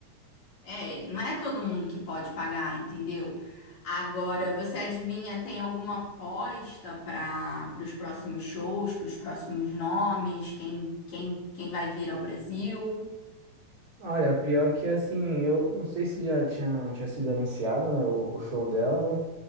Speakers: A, on the left (about 60°); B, on the right (about 30°).
A: É, não é todo mundo que pode pagar, entendeu? Agora, você adivinha, tem alguma aposta para os próximos shows, para os próximos nomes, quem, quem, quem vai vir ao Brasil?
B: Olha, pior que assim, eu não sei se já tinha, tinha sido anunciado, né? O, o show dela, né?